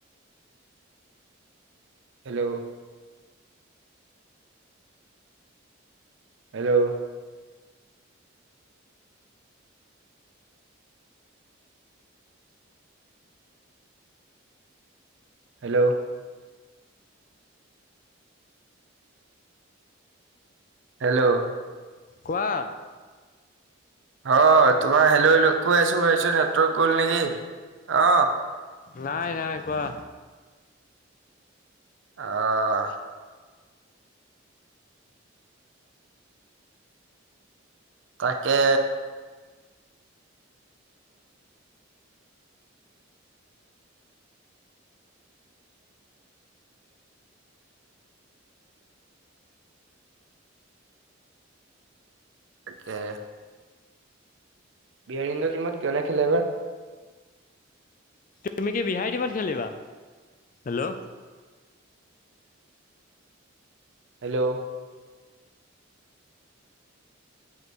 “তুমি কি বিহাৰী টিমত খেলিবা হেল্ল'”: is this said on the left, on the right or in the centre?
Left